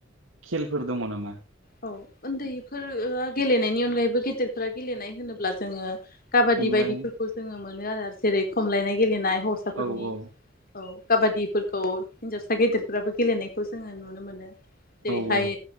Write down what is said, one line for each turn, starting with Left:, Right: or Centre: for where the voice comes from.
Right: खेलफोर दङ नामा
Left: औ उन्दैफोर गेलेनायनि अनगायैबो गेदेरफोरा गेलेनाय होनोब्ला जोङो खाबादि
Right: खमलाय
Left: बायदिफोरखौ जोङो मोनो आरो जेरै खमलायनाय गेलेनाय हौवसाफोरनि
Right: औ औ
Left: औ काबादि खौ हिन्जावसा गेदेरफोराबो गेलेनायखौ जोङो नुनो मोनो जेरैहाय
Right: औ औ